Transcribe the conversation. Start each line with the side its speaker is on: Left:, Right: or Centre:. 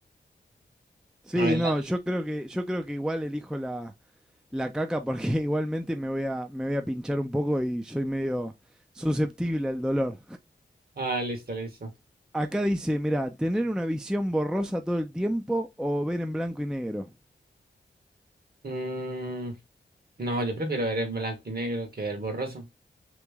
Centre: Sí,
Right: A ver, la-
Centre: no, yo creo que, yo creo que igual elijo la, la caca porque <laughs> igualmente me voy a, me voy a pinchar un poco y soy medio susceptible al dolor.
Right: ah, listo, listo.
Centre: Acá dice, mira, tener una visión borrosa todo el tiempo o ver en blanco y negro.
Right: Mm, no, yo prefiero ver en blanco y negro que ver borroso.